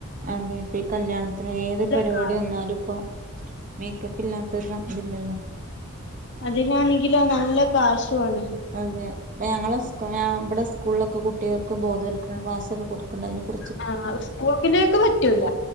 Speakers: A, on the right; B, on the left.
A: അതെപ്പ ഈ കല്യാണത്തിന് ഏതൊരു പരിപാടി
B: കാശുണ്ട്
A: വന്നാലും ഇപ്പൊ മേക്കപ്പ് പില്ലാത്ത <unintelligible> ല്ലോ
B: അതിനാണെങ്കിലോ നല്ല കാശുവാണ്
A: അതെ ഇപ്പം ഞങ്ങളെ ഇവടെ സ്കൂളിലൊക്കെ കുട്ടികൾക്കും ബോധവൽക്കരണ ക്ലാസ്സൊക്കെ കൊടുക്ക്ണ്ട് അതിനെ കുറിച്ച്
B: ആ സ്കൂൾക്കിലേക്ക് പറ്റൂല